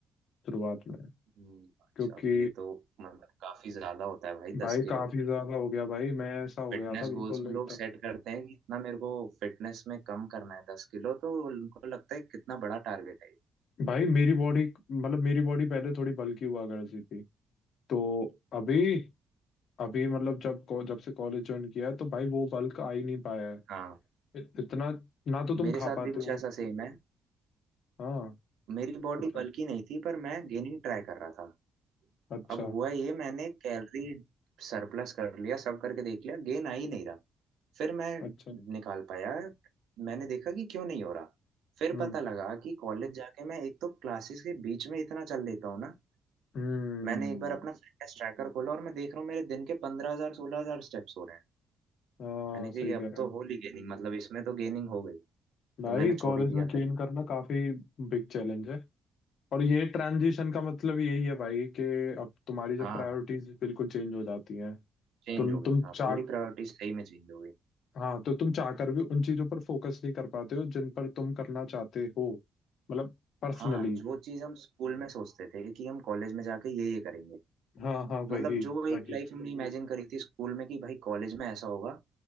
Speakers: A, on the left; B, on the right.
A: शुरुआत में
B: हम्म, भाई
A: क्योंकि
B: साहब ये तो मतलब काफी ज्यादा होता है भाई
A: भाई
B: दस किलो
A: काफी ज्यादा हो गया भाई मैं ऐसा हो
B: फिटनेस
A: गया था बिल्कुल
B: गोल्स में
A: एकदम
B: लोग सेट करते हैं कि इतना मेरे को फिटनेस में कम करना है दस किलो तो उनको लगता है कितना बड़ा टारगेट है ये।
A: भाई मेरी बॉडी मतलब मेरी बॉडी पहले थोड़ी बल्की हुआ करती थी तो अभी अभी मतलब जब को- जब से कॉलेज ज्वाइन किया है तो भाई वो बल्क आ ही नहीं पाया है
B: हाँ
A: इत- इतना ना तो तुम
B: मेरे
A: खा
B: साथ
A: पाते
B: भी कुछ
A: हो
B: ऐसा सेम है
A: हाँ
B: मेरी बॉडी
A: अच्छा
B: बल्की नहीं थी पर मैं गेनिंग ट्राई कर रहा था
A: अच्छा
B: अब हुआ ये मैंने कैलोरी सरप्लस कर लिया सब करके देख लिया गेन आ ही नहीं रहा फिर मैं
A: अच्छा
B: निकाल पाया मैंने देखा कि क्यों नहीं हो रहा फिर
A: हम्म
B: पता लगा कि कॉलेज जाके मैं एक तो क्लासेस के बीच में इतना चल लेता हूँ ना
A: हम्म
B: मैंने एक बार अपना फिटनेस ट्रैकर खोला और मैं देख रहा हूँ मेरे दिन के पंद्रह हजार सोलह हजार स्टेप्स हो रहे हैं
A: हाँ
B: मैंने कहा
A: सही
B: ये अब
A: कह रहे
B: तो
A: हो
B: होली गेनिंग मतलब इसमें तो गेनिंग हो गई
A: भाई
B: तो मैंने छोड़
A: कॉलेज
B: ही दिया
A: में गेन
B: फिर
A: करना काफी बिग चैलेंज है और ये ट्रांजिशन का मतलब यही है भाई कि अब तुम्हारी जब
B: हाँ
A: प्रायोरिटीज बिल्कुल चेंज हो जाती हैं
B: चेंज
A: तुम
B: हो गई
A: तुम
B: हाँ
A: चाह
B: पूरी प्रायोरिटी सही में चेंज हो गई
A: हाँ तो तुम चाह कर भी उन चीजों पर फोकस नहीं कर पाते हो जिन पर तुम करना चाहते हो मतलब पर्सनली
B: हाँ जो चीज हम स्कूल में सोचते थे कि हम कॉलेज में जाके ये ये करेंगे
A: हाँ हाँ वही
B: मतलब जो एक
A: वही
B: लाइफ हमने इमेजिन करी थी स्कूल में कि भाई कॉलेज में ऐसा होगा